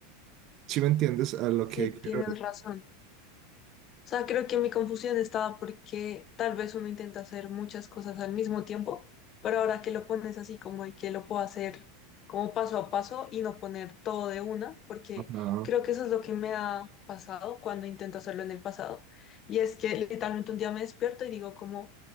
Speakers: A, on the right; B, on the left.
A: Si me entiendes a lo que
B: sí,
A: quiero
B: tienes
A: ir?
B: razón. O sea, creo que mi confusión estaba porque tal vez uno intenta hacer muchas cosas al mismo tiempo, pero ahora que lo pones así como y que lo puedo hacer como paso a paso y no poner todo de una, porque
A: Ajá,
B: creo que eso es lo que me ha pasado cuando intento hacerlo en el pasado. Y es que literalmente un día me despierto y digo como,